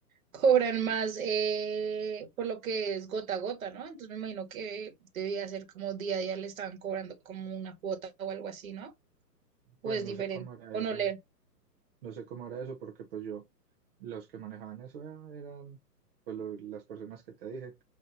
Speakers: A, on the right (about 55°); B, on the right (about 35°).
A: cobran más eh, por lo que es gota a gota, ¿no? Entonces me imagino que debía ser como día a día le estaban cobrando como una cuota o algo así, ¿no?
B: Pues
A: O es
B: no
A: diferente,
B: sé cómo era
A: o
B: eso,
A: no leer.
B: no sé cómo era eso porque pues yo, los que manejaban eso eran pues lo- las personas que te dije